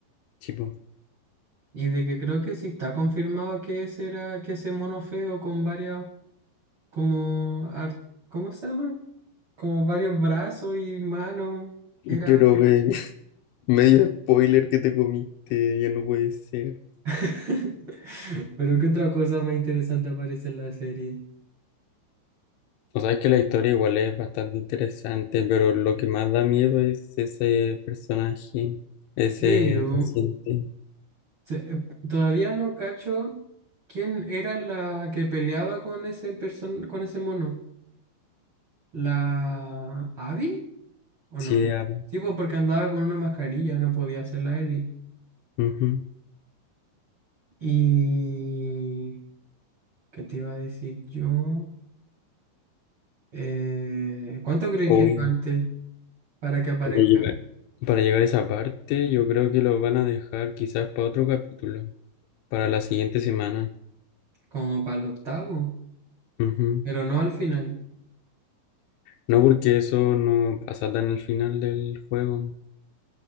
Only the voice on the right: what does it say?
Y de que creo que sí está confirmado que ese era, que ese mono feo con varias, como, ar- ¿cómo se llama? Como varios brazos y manos, era...
<laughs> Pero qué otra cosa más interesante aparece en la serie.
Pero
Se- eh, todavía no cacho quién era la que peleaba con ese person con ese mono. ¿La Abby? ¿O
no?
Sí, pues porque andaba con una mascarilla, no podía ser la Ellie.
Y... ¿Qué te iba a decir yo? Eh, ¿cuánto crees
que falte para que aparezca?
Como para el octavo,
pero no al final.